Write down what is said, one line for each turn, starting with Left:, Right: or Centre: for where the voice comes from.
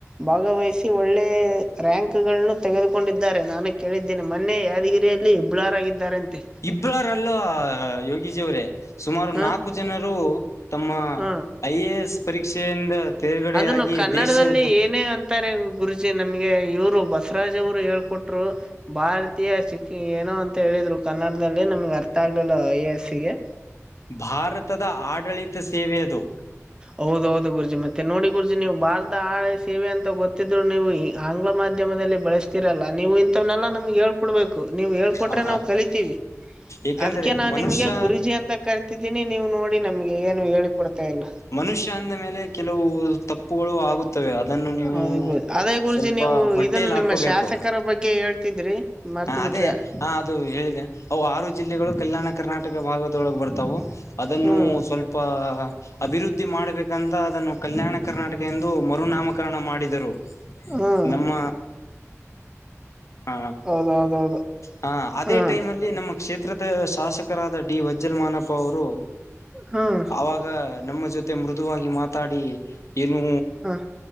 Right: ಭಾಗವಹಿಸಿ ಒಳ್ಳೆ ರ‌್ಯಾಂಕಗಳನ್ನು ತೆಗೆದುಕೊಂಡಿದ್ದಾರೆ ನಾನು ಕೇಳಿದ್ <unintelligible> ಮೊನ್ನೆ ಯಾದಗಿರಿಯಲ್ಲಿ ಇಬ್ಬಳಾರಾಗಿದ್ದಾರೆ ಅಂತೆ.
Left: ಇಬ್ಬಳಾರಲ್ಲ ಯೋಗಿಜಿ ಅವ್ರೇ ಸುಮಾರು
Right: ಹ
Left: ನಾಲ್ಕು ಜನರು ತಮ್ಮ
Right: ಹ
Left: ಐ ಎ ಎಸ್ ಪರೀಕ್ಷೆಯಿಂದ ತೇರ್ಗಡೆಯಾಗಿ
Right: ಅದನ್ನು ನಾವು ಕನ್ನಡದಲ್ಲಿ
Left: ದೇಶದ
Right: ಏನೇ ಅಂತ ಅಂತಾರೆ ಗುರುಜಿ ನಮಗೆ ಇವರು ಬಸವರಾಜ್ ಅವರು ಹೇಳಕೊಟ್ರು. ಭಾರತೀಯ ಶಿಕ್ ಏನೋ ಅಂತ ಹೇಳಿದ್ರು ಕನ್ನಡದಲ್ಲಿ ನಮ್ಗೆ ಅರ್ಥ ಆಗ್ಲಿಲ್ಲ ಐ ಎ ಎಸ್ ಗೆ.
Left: ಭಾರತದ ಆಡಳಿತ ಸೇವೆೆ ಅದು.
Right: ಹೌದೌದು ಗುರೂಜಿ ಮತ್ತೆ ನೋಡಿ ಗುರೂಜಿ ನೀವು ಭಾರತ ಹಳೆ ಸೇವೆ ಅಂತ ಗೊತ್ತಿದ್ರು ನೀವು ಈ ಆಂಗ್ಲ ಮಾಧ್ಯಮದಲ್ಲಿ ಬಳಸ್ತಿರಲ್ಲಾ ನೀವು ಇಂತಹವ್ನೆಲ್ಲ ನಮ್ಗೆ ಹೇಳ ಕೊಡ್ಬೇಕು ನೀವು ಹೇಳ್ಕೊಟ್ರೆ
Left: ಆ
Right: ನಾವು ಕಲಿತೀವಿ
Left: ಏಕೆಂದರೆ
Right: ಅದಕ್ಕೆ ನಾನ್
Left: ಮನುಷ್ಯ
Right: ನಿಮಗೆ ಗುರೂಜಿ ಅಂತ ಕರ್ತಿದ್ದೀನಿ ನೀವು ನೋಡಿ ನಮ್ಗೆ ಏನು ಹೇಳಿಕೊಡ್ತಾ ಇಲ್ಲ.
Left: ಮನುಷ್ಯ ಅಂದ ಮೇಲೆ ಕೆಲವು ತಪ್ಪುಗಳು ಆಗುತ್ತ ತ್ತವೆ ಅದನ್ನು ನೀವು
Right: ಹೌದು ಗು ಅದೇ ಗುರುಜಿ
Left: ಸ್ವಲ್ಪ
Right: ನೀವು
Left: ಹೊಟ್ಟೇೆಯಲ್ಲಿ
Right: ಇದನ್ನ ನಿಮ್ಮ
Left: ಹಾಕೋಬೇಕು.
Right: <unintelligible> ಬಗ್ಗೆ ಹೇಳ್ತಿದ್ರಿ. ಮರ್ತ್
Left: ಹಾ
Right: ಬಿಟ್ರಿ
Left: ಅದೇ ಹ ಅದು ಹೇಳಿದ? ಅವು ಆರು ಜಿಲ್ಲೆಗಳು ಕಲ್ಯಾಣ ಕರ್ನಾಟಕ ಭಾಗದೊಳಗ ಬರ್ತಾವು ಅದನ್ನು
Right: ಹ್ಮ್
Left: ಸ್ವಲ್ಪ ಅಭಿವೃದ್ಧಿ ಮಾಡ್ಬೇಕಂತ ಅದನ್ನು ಕಲ್ಯಾಣ ಕರ್ನಾಟಕ ಎಂದು ಮರುನಾಮಕರಣ ಮಾಡಿದರು.
Right: ಹ್ಮ್
Left: ನಮ್ಮ ಹಾ
Right: ಹೌದೌದೌದು
Left: ಹಾ ಅದೇ
Right: ಹ್ಮ್
Left: ಟೈಮ್ ಅಲ್ಲಿ ನಮ್ಮ ಕ್ಷೇತ್ರದ ಶಾಸಕರಾದ ಡಿ ವಜ್ಜಲ್ ಮಾನಪ್ಪ ಅವರು
Right: ಹ್ಮ್
Left: ಆವಾಗ ಗ ನಮ್ಮ ಜೊತೆ ಮೃದುವಾಗಿ ಮಾತಾಡಿ ಏನು
Right: ಹ್ಮ್